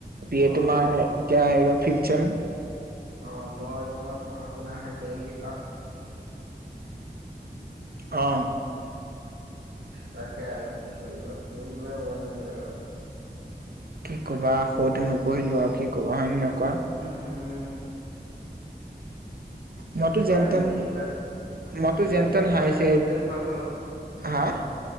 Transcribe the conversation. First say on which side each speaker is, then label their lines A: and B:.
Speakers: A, on the right (about 60°); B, on the right (about 80°).
A: বি
B: অ
A: এ তোমাৰ
B: মই পঢ়া
A: এতিয়া এইবাৰ ফিফ্ট ছেম।
B: অ মই তোমাৰ পঢ়া শুনা হাই ছেকেণ্ডৰী পাছ
A: অ।
B: তাকে আৰু কি কৰিবা পঢ়িবই মন নাযায় হ'ল।
A: কি ক'বা সৰুতে নপঢ়িলো আৰু কি ক'বা হয়নে নহয় কোৱা?
B: উম উম।
A: মইতো যেনতেন
B: বাৰদে মেট্ৰিকত,
A: মইতো
B: মেট্ৰিকত
A: যেনতেন হাইছে
B: ফাৰ্ষ্ট ডিভিজন পালোঁ।
A: হা